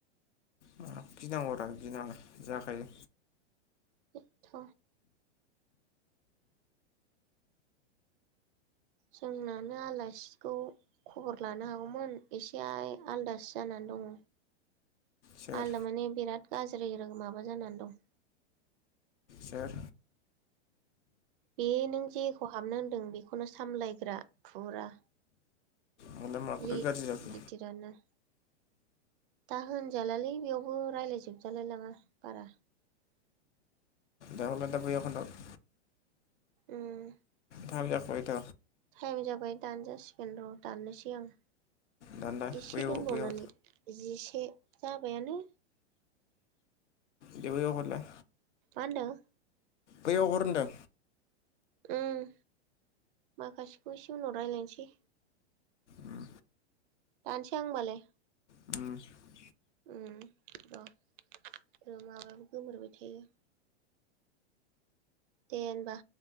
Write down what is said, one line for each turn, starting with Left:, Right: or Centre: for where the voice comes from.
Left: माखौ गिनांगौरा गिनाङा जाखायो।
Right: एथ'। जोंनानो आलासिखौ खबर लानो हागौमोन एसे आइ आलदासो जानानै दङ।
Left: सोर
Right: आलदा मानि बिराद गाज्रिरो माबा जानानै दं।
Left: सोर?
Right: बे नों जेखौ हाबनो होनदों बेखौनो सामलायग्रा फुरा।
Left: मालाय माखौथो
Right: लि
Left: गाज्रि जाखो
Right: गिदिरानो। दा होनजालालै बेयावबो राय्लाय जोबजालाय लाङा बारा।
Left: दा हदलाय बैआव खोनथाहर।
Right: उम।
Left: थाइम जाखाबायथ'।
Right: टाइम जाबाय दानजासिगोन र' दाननोसै आं।
Left: दानला
Right: एसे
Left: बैयाव
Right: दोनबावनानै
Left: बैयाव
Right: जिसे जाबायानो।
Left: दि बैयाव हरलाय।
Right: मा होनदों?
Left: बैयाव हर होनदो।
Right: उम माखासेखौ एसे उनाव रायजलायनोसै।
Left: उम
Right: दानसै आं होमबालाय।
Left: ओम
Right: ओम औ। र' माबायाबो गोमोरबाय थायो। दे होमबा।